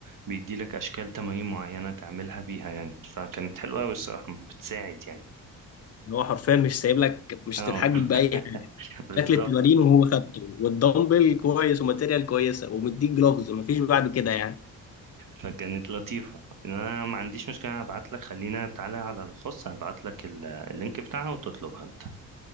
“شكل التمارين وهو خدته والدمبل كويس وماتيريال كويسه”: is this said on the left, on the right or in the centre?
Left